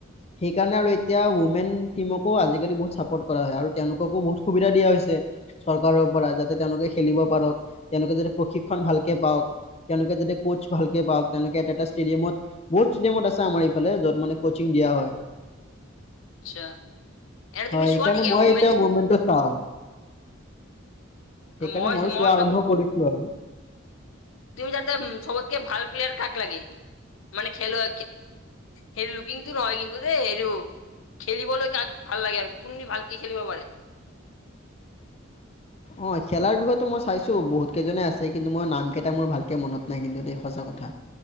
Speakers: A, on the left (about 30°); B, on the left (about 80°).
A: সেইকাৰণে আৰু এতিয়া উমেন। টীমকো আজিকালি বহুত চাপত কৰা হয়। আৰু তেওঁলোককো বহুত সুবিধা দিয়া হৈছে চৰকাৰৰ পৰা যাতে খেলিব পাৰক তেওঁলোকে য প্ৰশিক্ষণ ভালকে পাক তেওঁলোকে যদি কোচ ভাল পাওক তেনেকে এটা এটা ষ্টেডিয়ামত বহুত ষ্টেডিয়ামত আছে। আমাৰ ইফালে য'ত মানে কচিং দিয়া হয়।
B: আচ্ছা এনে
A: হয়,
B: তুমি চোৱা
A: এইকাৰণে
B: নেকি
A: মই
B: ওমেনছ
A: এতিয়া মমেণ্টো চাওঁ সেইকাৰণে
B: মই
A: ময়ো
B: মই
A: চোৱা
B: চ
A: আৰম্ভ কৰিছো আৰু।
B: তুমি যাতে চবতকে ভাল। পিলিয়াৰ কাক লাগে মানে খেলুৱ হে লুকিংটো নহয় কিন্তু দেই হে খেলিবলৈ কাক ভাল লাগে। আৰু কোনদি ভালকে খেলিব পাৰে।
A: অ খেলাৰ বিষয়েো মই চাইছো বহুত ছে কিন্তু মই নাম কেইটা মোৰ ভালকে মনত নাই কিন্তু সজা কথা